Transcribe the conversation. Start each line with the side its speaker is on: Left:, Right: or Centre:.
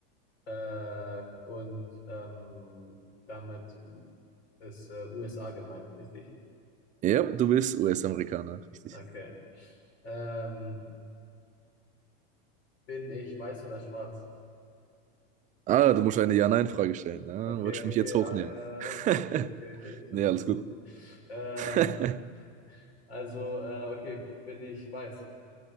Left: Äh, und ähm, damit ist äh, USA gemeint, richtig?
Right: Ja, du bist US-Amerikaner, richtig.
Left: Okay. Ähm, bin ich weiß oder schwarz?
Right: Ah, du musst eine Ja-Nein-Frage stellen. Ah,
Left: Okay,
Right: wolltest du
Left: okay,
Right: mich jetzt hochnehmen?
Left: ah, ja, ja,
Right: <laughs>
Left: okay, okay, okay, okay, ich hab's
Right: Nee, alles
Left: versucht.
Right: gut.
Left: Ähm,
Right: <laughs>
Left: Also, äh, okay, bin ich weiß?